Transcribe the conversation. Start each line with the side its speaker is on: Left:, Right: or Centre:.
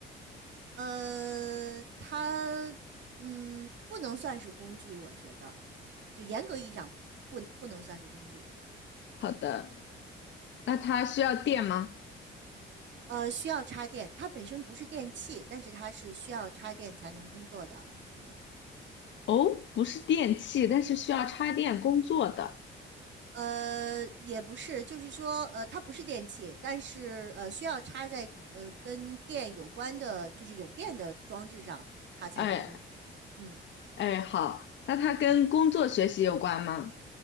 Right: 呃，它，嗯，不能算是工具，我觉得，就严格意义上不不能算是工具，
Left: 好的，那它需要电吗？
Right: 呃，需要插电，它本身不是电器，但是它是需要插电才能工作的，
Left: 哦，不是电器，但是需要插电工作的。
Right: 呃，也不是，就是说，呃，它不是电器，但是呃，需要插在呃跟电有关的，就是有电的装置上，它才能工作。
Left: 哎
Right: 嗯，
Left: 哎，好，那它跟工作学习有关吗？